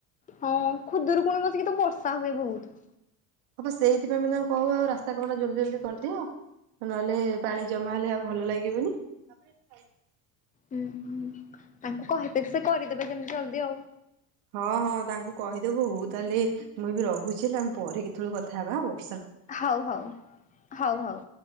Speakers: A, on the left; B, on the right.
A: ହଁ ଖୁଦୁରୁକୁୁଣି ବସିକି ତ ବର୍ଷା ହୁଏ ବହୁତ
B: ହପା ସେଇଥିପାଇଁ ଆମେ ତାଙ୍କୁ କହୁ ଆଉ ରାସ୍ତା କାମ ଟା ଜଲ୍ଦି ଜଲଦି କରିଦିଅ ନହଲେ ପାଣି ଜମା ହେଲେ ଆଉ ଭଲ ଲାଗିବନି ହ <unintelligible>
A: ହୁଁ ହୁଁ ତାଙ୍କୁ କହିପାରି ସେ କରିଦେବେ ଯେମିତି ଜଲ୍ଦି ଆଉ
B: ହଁ ହଁ ତାଙ୍କୁ କହିଦେବୁ ହଉ ତାହେଲେ ମୁଁ ବି ରହୁଛି ହେଲା ଆମେ ପରେ କେତେବେଳେ କଥା ହେବା ହଉ
A: ହଉ ହଉ ହଉ ହଉ